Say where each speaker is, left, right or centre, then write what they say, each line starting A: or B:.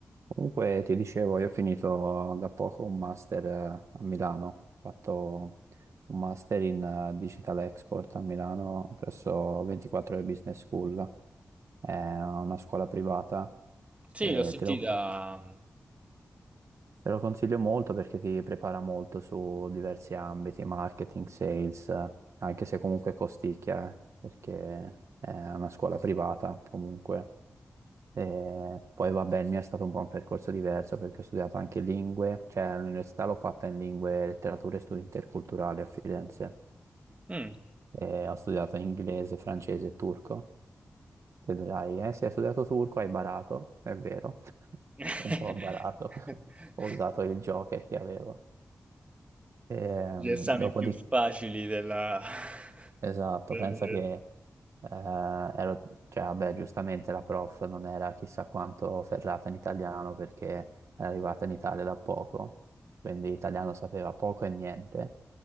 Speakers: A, on the right; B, on the right.
A: Comunque ti dicevo, io ho finito da poco un master eh, a Milano, ho fatto un master in eh, Digital Export a Milano presso 24 ore Business School, è una scuola privata,
B: Sì,
A: e
B: l'ho sentita.
A: te lo, te lo consiglio molto perché ti prepara molto su diversi ambiti, marketing, sales, eh, anche se comunque costicchia, eh, perché è una scuola privata comunque. E poi vabbè, il mio è stato un po' un percorso diverso perché ho studiato anche lingue, cioè all'università l'ho fatta in lingue, letterature e studi interculturali a Firenze.
B: mm.
A: E ho studiato inglese, francese e turco. E dirai, eh, se hai studiato turco hai barato, è vero, <laughs>
B: <laughs>
A: un po' ho barato, <laughs> ho usato il Joker che avevo. Ehm,
B: Gli esami
A: dopodiché
B: più facili della... <laughs>
A: Esatto,
B: del-
A: pensa che eh, ero, cioè, vabbè, giustamente la prof non era chissà quanto ferrata in italiano perché era arrivata in Italia da poco, quindi italiano sapeva poco e niente,